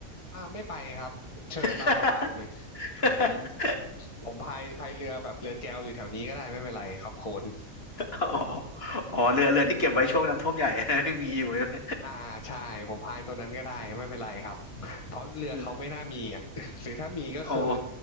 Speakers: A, on the left; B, on the left.
A: อ่าไม่ไปครับเชิญตามสบายเลย
B: <laughs>
A: เดี๋ยวผมผมพายพายเรือแบบเรือแจวอยู่แถวนี้ก็ได้ไม่เป็นไรขอบคุณ
B: อ๋ออ๋อเรือเรือที่เก็บไว้ช่วงน้ำท่วมใหญ่ <laughs> ยังมีอยู่ใช่ไหม
A: อ่าใช่ผมพายตัวนั้นก็ได้ไม่เป็นไรครับเพราะเรือเขาไม่น่ามีอ่ะ
B: เออ
A: <laughs> หรือถ้ามีก็คือ
B: อ๋อ